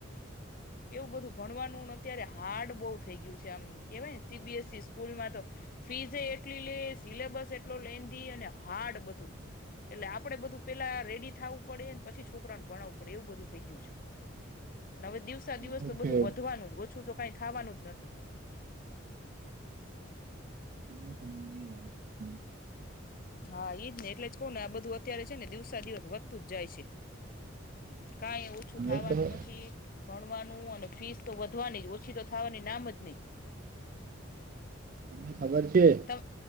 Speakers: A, on the left; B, on the right.
A: એવું બધું ભણવાનું નથી અત્યારે હાર્ડ બહુ થઈ ગયું છે આમ કેવાયને સીબીએસ સ્કૂલમાં તો ફીઝ એટલી લે સિલેબસ એટલો લેંધી અને હાર્ડ બધું એટલે આપડે બધું પેલા રેડી થવું પડે પછી છોકરાને ભણાવવું પડે એવું બધું થઇ ગયું છે અને હવે દિવસે દિવસ
B: એ
A: તો
B: છે
A: બધું વધવાનું જ ઓછું કઈ થવાનું જ નથી
B: <inaudible>
A: હા ઈદ ને એટલે જ કવ ને આ બધું અત્યારે છે ને દિવસા દિવસ વધતું જ જાય છે કઈ ઓછું
B: હવે
A: થાવાનું
B: તો
A: નથી ભણવાનું અને ફીસ તો વધવાની જ ઓછી તો થવાની નામ જ નહી
B: તમે ને ખબર છે
A: ત હ